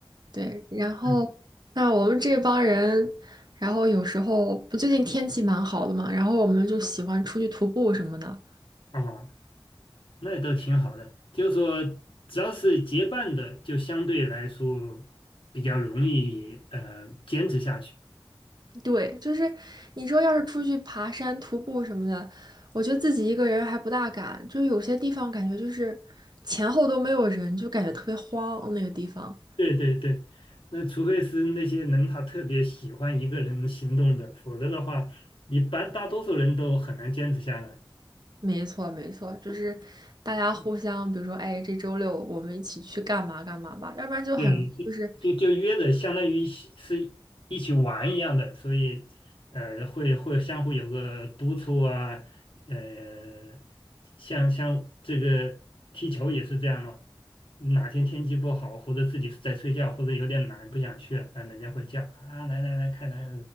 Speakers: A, on the right; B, on the left.
A: 对，然后那我们这帮人，
B: 嗯
A: 然后有时候不最近天气蛮好的嘛，然后我们就喜欢出去徒步什么的。
B: 啊，那都挺好的。就是说，只要是结伴的，就相对来说比较容易呃坚持下去。
A: 对，就是你说要是出去爬山、徒步什么的，我觉得自己一个人还不大敢，就有些地方感觉就是前后都没有人，就感觉特别慌。那个地方。
B: 对对对，那除非是那些人他特别喜欢一个人行动的，否则的话，一般大多数人都很难坚持下来。
A: 没错，没错，就是大家互相，比如说，哎，这周六我们一起去干嘛干嘛吧，要不然就很容易就是
B: 对，就就约着，相当于是是一起玩一样的，所以呃，会会相互有个督促啊，呃，像像这个踢球也是这样嘛，哪天天气不好，或者自己在睡觉，或者有点懒不想去了，啊，人家会叫啊，来来来，看来，